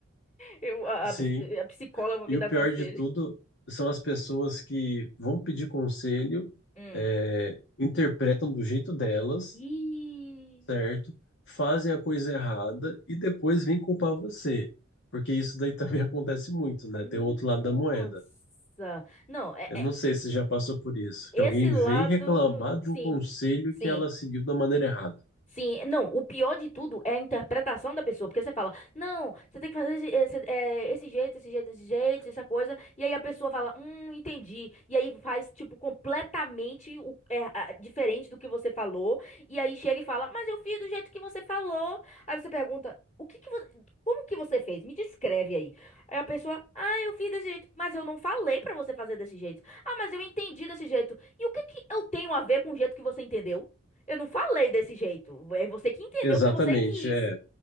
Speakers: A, on the left; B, on the left.
A: eu, a,
B: sim.
A: a ps- a psicóloga pra
B: E
A: me
B: o
A: dar
B: pior
A: conselho.
B: de tudo são as pessoas que vão pedir conselho,
A: Hum.
B: é, interpretam do jeito delas,
A: Ih,
B: certo? Fazem a coisa errada e depois vêm culpar você. Porque isso daí também <laughs> acontece muito, né?
A: nossa.
B: Tem o outro lado da moeda.
A: Não, é,
B: Eu
A: é-
B: não sei se já passou por isso,
A: esse
B: que alguém
A: lado,
B: vem reclamar de
A: sim,
B: um conselho
A: sim.
B: que ela seguiu da maneira errada.
A: Sim, não, o pior de tudo é a interpretação da pessoa, porque você fala, não, você tem que fazer esse, esse- é, esse jeito, esse jeito, esse jeito, essa coisa, e aí a pessoa fala, hum, entendi, e aí faz, tipo, completamente o, é, a- diferente do que você falou, e aí chega e fala, mas eu fiz do jeito que você falou, aí você pergunta, o que que você, como que você fez? Me descreve aí. Aí a pessoa, ah, eu fiz desse jeito, mas eu não falei pra você fazer desse jeito, ah, mas eu entendi desse jeito, e o que que eu tenho a ver com o jeito que você entendeu? Eu não falei desse jeito. É você que entendeu
B: Exatamente,
A: o que você quis.
B: é.